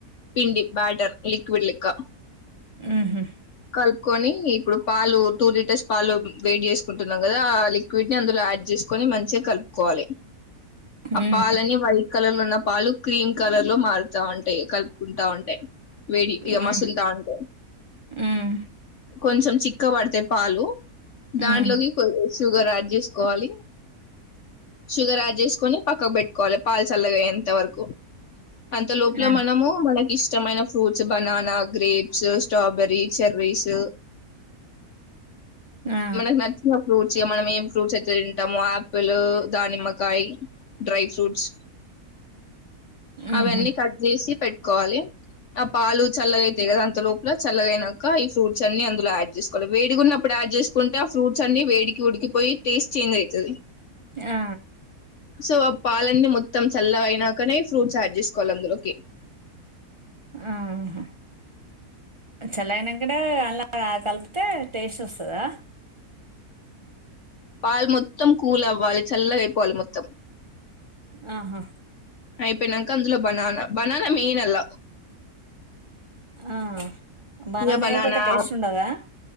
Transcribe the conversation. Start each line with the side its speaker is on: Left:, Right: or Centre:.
Left: పిండి బ్యాటర్ లిక్విడ్ లెక్క
Right: ఉహు
Left: కలుపుకొని ఇప్పుడు పాలు టూ లీటర్స్ పాలు వేడి చేసుకుంటున్నాం కదా వీడ్ని అందులో యాడ్ చేసుకొని మంచిగా కలుపుకోవాలి అప్ప
Right: ఉమ్
Left: అలాని వై కలర్ లో ఉన్న పాలు క్రీమ్ కలర్ లో మారుతా ఉంటాయి కలుపుకుంటా ఉంటే వేడి యమా
Right: ఉమ్
Left: సుల్తన్ంట
Right: ఉమ్
Left: కొంచెం చిక్క పడితే పాలు దాంలోకి
Right: ఉమ్
Left: కోసి సుగర్ యాడ్ చేసుకోవాలి షుగర్ యాడ్ చేసుకొని పక్కకు పెట్టుకోవాలి పాల్ చల్లగాయేంత వరకు అంత లోపల
Right: ఆ
Left: మనము మనకి ఇష్టం ఇష్టమైన fruits banana grapes strawberry cherries
Right: ఆ
Left: మన నచ్చిన ఫూట్ చే మనమేం ఫ్రూట్స్ అయితే తింటాము ఆపిల్ దానిమ్మకాయ డ్రై ఫ్రూట్స్ అవన్నీ
Right: ఉహు
Left: కట్ చేసి పెట్ కోవాలి ఆ పాలు చల్లగా అయితాయి కదా అంత లోపల చల్లగా అయినాక ఈ ఫ్రూట్స్ అన్ని అందులో యాడ్ చేసుకోవాలి వేడిగా ఉన్నప్పుడు యాడ్ చేసుకుంటే ఆ ఫ్రూట్స్ అన్ని వేడికి ఉడికిపోయి టేస్ట్ చేంజ్ అవుతుది
Right: ఆ
Left: సో పాలన్నీ మొత్తం చల్లగ అయినాకనే ఫ్రూట్స్ యాడ్ చేసుకోవాలి అందులోకి
Right: ఆ హ చల్లయినాక కూడ అందులొ కలిపితే టేస్ట్ వస్తదా
Left: పాల్ మొత్తం కూల్ అవ్వాలి చల్ల గై పోవాలి మొత్తం
Right: ఆహా
Left: అయిపోయినంక అందులో బనాన బనాన మెయిన్ అల
Right: ఆ బనాన
Left: ఇగ బనానా
Right: ఏయకపోతే టేస్ట్ ఉండదా